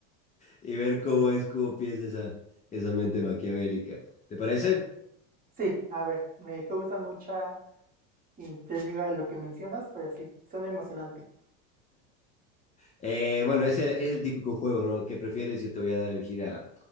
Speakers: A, on the left; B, on the right.
A: y ver cómo es, cómo piensa esa, esa mente maquiavélica. ¿Te parece?
B: Sí, a ver, me causa mucha intriga lo que mencionas, pero sí, suena emocionante.
A: Eh, bueno, es el es el típico juego, ¿no? ¿Qué prefieres? Yo te voy a dar el gira.